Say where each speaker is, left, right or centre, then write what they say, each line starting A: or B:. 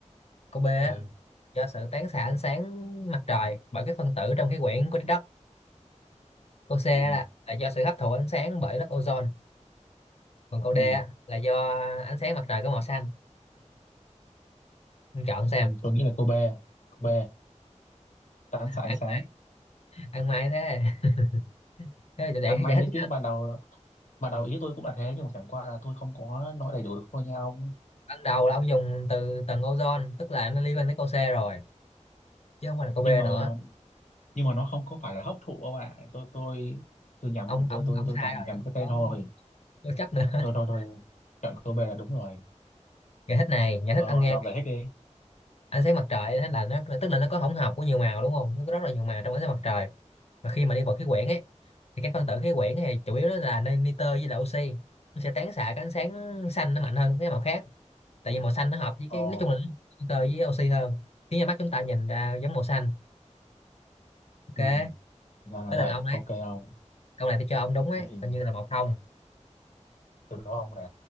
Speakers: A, on the left; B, on the left.
A: câu b á,
B: ờ
A: do sự tán xạ ánh sáng mặt trời bởi các phân tử trong khí quyển của trái đất câu c là
B: ừ,
A: là do sự hấp thụ ánh sáng bởi lớp ozone còn câu d
B: ừ,
A: á, là do ánh sáng mặt trời có màu xanh ông chọn xem
B: ừ, tôi nghĩ là cô B cô B tán xạ ánh
A: ăn,
B: sáng
A: ăn may thế <laughs> thế là để
B: ăn may
A: giải
B: đấy
A: thích
B: chứ
A: nha
B: ban đầu ban đầu ý tôi cũng là thế nhưng mà chẳng qua là tôi không có nói đầy đủ được thôi nha ông
A: ban đầu là ông dùng từ tầng ozone tức là nó liên quan tới câu C rồi chứ không phải là câu B
B: nhưng mà
A: nữa
B: nhưng mà nó không có phải là hấp thụ đâu ạ tôi tôi tôi nhầm
A: ông ông
B: tôi tôi
A: ông
B: tôi
A: sai
B: toàn
A: rồi
B: nhầm
A: ông
B: cái tên
A: có
B: thôi
A: có chấp nữa
B: thôi thôi thôi
A: <laughs>
B: cận Kobe là đúng rồi
A: giải thích này giải thích
B: ờ
A: ông nghe
B: dòng giải thích đi
A: ánh sáng mặt trời thế là nó tức là nó có hỗn hợp của nhiều màu đúng không nó có rất là nhiều màu trong ánh sáng mặt trời mà khi mà đi vào khí quyển ấy thì các phân tử khí quyển này chủ yếu đó là nitơ với là oxy nó sẽ tán xạ cái ánh sáng xanh nó mạnh hơn cái màu khác tại vì màu xanh nó hợp với
B: ồ
A: cái nói chung là nitơ với oxy hơn khiến cho mắt chúng ta nhìn ra giống màu xanh ok
B: ừ ra là
A: tới
B: vậy
A: lượt ông đấy
B: ok ông
A: câu này tôi cho ông đúng ấy
B: thế thì
A: coi như là một không
B: tôi đố ông nè